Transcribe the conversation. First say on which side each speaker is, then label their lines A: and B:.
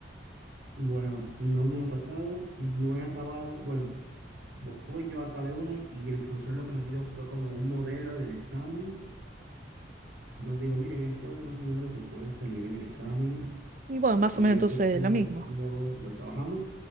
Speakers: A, on the right; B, on the right.
A: Bueno, no me ha pasado, no he acabado. Bueno, hoy yo acabé una y el profesor lo que nos dio fue como un modelo del examen. Nos dijo, miren, esto es más o menos lo que puede salir en el examen.
B: Y bueno, más
A: Y
B: o menos
A: eso
B: entonces
A: sí
B: lo mismo.
A: lo, lo trabajamos.